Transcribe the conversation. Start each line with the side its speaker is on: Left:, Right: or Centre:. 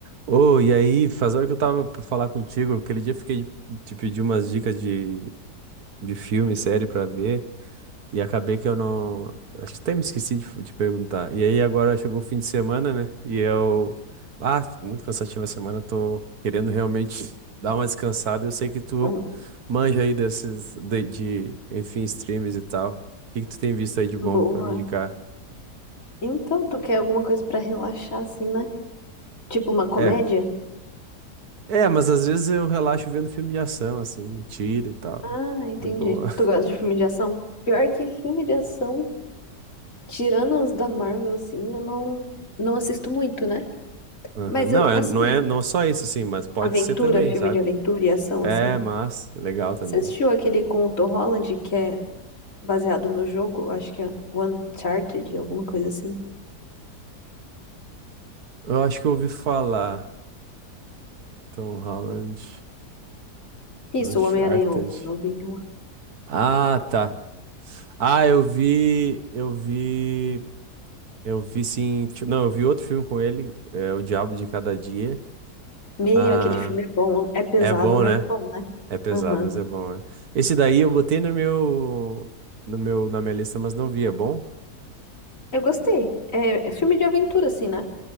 Right: Ô, e aí, faz hora que eu tava pra falar contigo, aquele dia eu fiquei de te pedir umas dicas de, de filme, série pra ver, e acabei que eu não. Acho que até me esqueci de, te perguntar. E aí agora chegou o fim de semana, né? E eu. Ah, muito cansativa a semana, tô querendo realmente dar uma descansada. Eu sei que tu
Left: Hum,
Right: manja aí desses, de, de, enfim, streams e tal. O que que tu tem visto aí de bom
Left: Boa.
Right: pra me indicar?
Left: Então, tu quer alguma coisa pra relaxar assim, né? Tipo uma comédia?
Right: É. É, mas às vezes eu relaxo vendo filme de ação, assim, tiro e tal.
Left: Ah, entendi.
Right: De boa.
Left: Tu gosta de filme de ação? Pior que filme de ação, tirando os da Marvel, assim, eu não, não assisto muito, né?
Right: Aham.
Left: Mas
Right: Não,
Left: eu-
Right: é,
Left: assim,
Right: não é não é só isso, assim, mas pode
Left: aventura,
Right: ser também,
Left: filme
Right: sabe?
Left: de aventura e ação,
Right: É,
Left: assim.
Right: mas legal também.
Left: Você assistiu aquele com o Tom Holland que é baseado no jogo? Acho que é Uncharted, alguma coisa assim.
Right: Eu acho que eu ouvi falar. Tom Holland,
Left: Isso,
Right: Uncharted.
Left: o Homem-Aranha, o novinho lá.
Right: Ah, tá. Ah, eu vi, eu vi, eu vi sim. ti- Não, eu vi outro filme com ele, é O Diabo de Cada Dia.
Left: Meu,
Right: Ah,
Left: aquele filme é bom. É pesado,
Right: é bom,
Left: mas
Right: né?
Left: é bom, né?
Right: É pesado,
Left: Aham.
Right: mas é bom, né? Esse daí eu botei no meu, no meu, na minha lista, mas não vi. É bom?
Left: Eu gostei. É, é filme de aventura, assim, né?